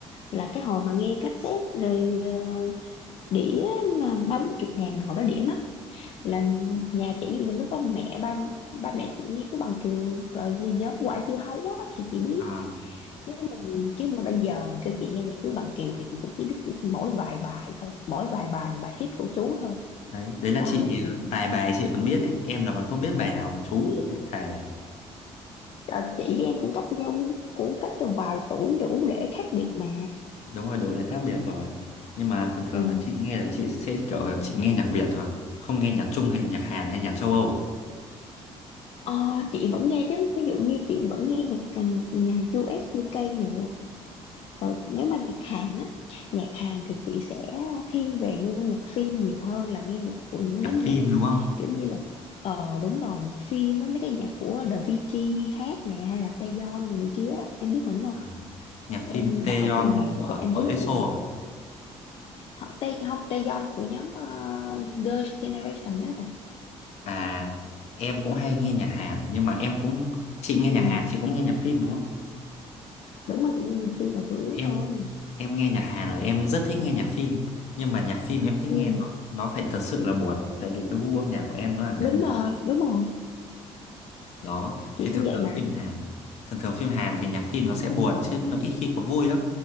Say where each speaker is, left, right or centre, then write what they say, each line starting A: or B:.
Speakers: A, on the left; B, on the left.
A: là cái hồi mà nghe cassette rồi ờ, đĩa mà ba bốn chục ngàn hồi đó đĩa mắc là nhà chị ví dụ như lúc đó mẹ ba ba mẹ chị như chú bằng kiều rồi gì nhóm quả dưa hấu á, thì chị biết
B: ờ.
A: chứ mình chứ mà bây giờ mà kêu chị nghe nhạc chú bằng kiều thì chị cũng chỉ biết mỗi vài bài thôi mỗi vài bài mà bài hit của chú thôi
B: đấy đấy là
A: đó
B: chị
A: thì
B: ờ, vài bài chị còn biết ấy em là còn không biết bài nào của chú luôn đấy thề
A: à, chị với em cũng cách nhau cũng cách cho vài tuổi đủ để khác biệt mà
B: đúng rồi độ này khác biệt rồi nhưng mà thường thường
A: ừ.
B: là chị nghe là chị sẽ kiểu là chị nghe nhạc Việt thôi không nghe nhạc Trung hay là nhạc Hàn hay nhạc châu Âu à?
A: Ờ, chị vẫn nghe chứ ví dụ như chị vẫn nghe nhạc nhà u nhạc u UK nè Rồi, nếu mà nhạc Hàn á, nhạc Hàn thì chị sẽ thiên về nghe nhạc phim nhiều hơn là nghe nhạc của những
B: nhạc
A: nhóm nhạc
B: phim đúng không
A: kiểu như là ờ đúng rồi nhạc phim á mấy cái nhạc của The VG hát nè hay là Taeyeon rồi này kia á. em biết mà đúng không
B: À, nhạc phim
A: em đạo
B: Taeyeon
A: phim Hàn
B: của
A: chắc em
B: của
A: biết
B: ESO
A: mà
B: à
A: họ Tae không Taeyeon của nhóm ờ, Girls' Generation á
B: À, em cũng hay nghe nhạc Hàn nhưng mà em cũng chị nghe
A: ừ.
B: nhạc Hàn chị cũng nghe nhạc phim đúng không
A: đúng rồi chị nghe nhạc phim là chủ yếu
B: em
A: thôi
B: em nghe nhạc Hàn là em rất thích nghe nhạc phim nhưng mà nhạc phim em thích
A: ừ.
B: nghe nó nó phải thật sự là buồn tại vì cái gu âm nhạc của em nó là nhạc
A: đúng rồi đúng rồi
B: đó
A: chị
B: thì thường
A: cũng vậy
B: thường
A: mà
B: phim Hàn thường thường phim Hàn thì nhạc phim nó sẽ buồn chứ nó ít khi có vui lắm